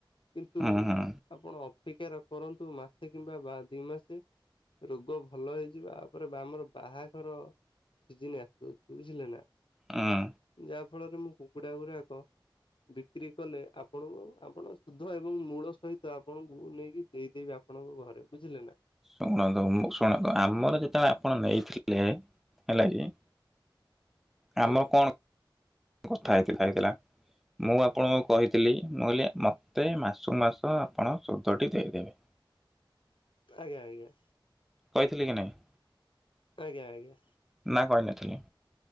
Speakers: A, on the left; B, in the centre.
A: କିନ୍ତୁ
B: ହୁଁ ହୁଁ
A: ଆପଣ ଅପେକ୍ଷା ର କରନ୍ତୁ ମାସେ କିମ୍ବା ବା ଦି ମାସେ। ରୋଗ ଭଲ ହେଇଯିବା ଆପରେ ବା ଆମର ବାହାଘର ସିଜିନି ଆସୁଅଛି ବୁଝିଲେ ନା।
B: ହଁ।
A: ଯାହା ଫଳରେ ମୋ କୁକୁଡା ଗୁରାକ ବିକ୍ରି କଲେ ଆପଣଙ୍କୁ ଆପଣଙ୍କ ସୁଧ ଏବଂ ମୂଳ ସହିତ ଆପଣଙ୍କୁ ନେଇକି ଦେଇଦେବି ଆପ ଆପଣଙ୍କ ଘରେ ବୁଝିଲେ ନା।
B: ଶୁଣନ୍ତୁ, ମୁଁ ଶୁଣନ୍ତୁ, ଆମର ଯେତେବେଳେ ଆପଣ ନେଇଥିଲେ ହେଲା କି ଆମର
A: ଆଜ୍ଞା
B: କଣ କଥା ହେଇଥିଲା ହେଇଥିଲା। ମୁଁ ଆପଣଙ୍କୁ କହିଥିଲି ମୁଁ କହିଲି ମତେ ମାସକୁ ମାସ ଆପଣ ସୁଧଟି ଦେଇଦେବେ।
A: ଆଜ୍ଞା ଆଜ୍ଞା।
B: କହିଥିଲି କି ନାହିଁ।
A: ଆଜ୍ଞା ଆଜ୍ଞା।
B: ନା କହିନଥିଲି।